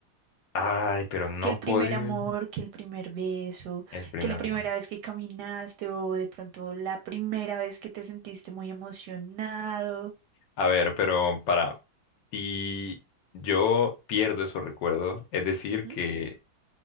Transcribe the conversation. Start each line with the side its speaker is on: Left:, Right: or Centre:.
Left: Ay, pero no
Right: Que el
Left: puedes
Right: primer amor, que el primer beso,
Left: el primer
Right: que la primera
Left: amor.
Right: vez que caminaste o de pronto la primera vez que te sentiste muy emocionado.
Left: A ver, pero para, si yo pierdo esos recuerdos, es decir
Right: Ujú,
Left: que,